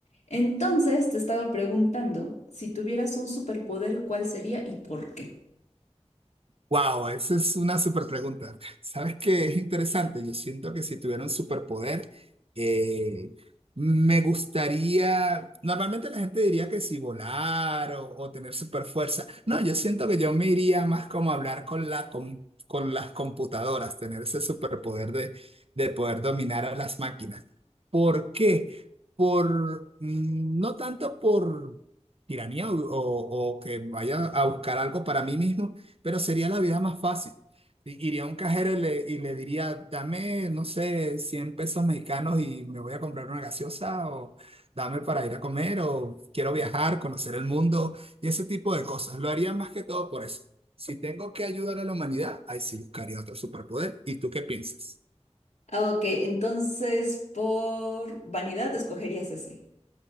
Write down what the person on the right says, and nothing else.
Wow, esa es una super pregunta. <laughs> ¿Sabes qué es interesante? Yo siento que si tuviera un superpoder, eh, me gustaría. Normalmente la gente diría que si volar o, o tener super fuerza. No, yo siento que yo me iría más como a hablar con la, com- con las computadoras, tener ese superpoder de, de poder dominar a las máquinas. ¿Por qué? Por, mm, no tanto por tiranía o o- o que vaya a buscar algo para mí mismo pero sería la vida más fácil. I- Iría a un cajero y le, y le diría, dame, no sé, 100 pesos mexicanos y me voy a comprar una gaseosa o dame para ir a comer o quiero viajar, conocer el mundo y ese tipo de cosas. Lo haría más que todo por eso. Si tengo que ayudar a la humanidad, ahí sí buscaría otro superpoder. ¿Y tú qué piensas?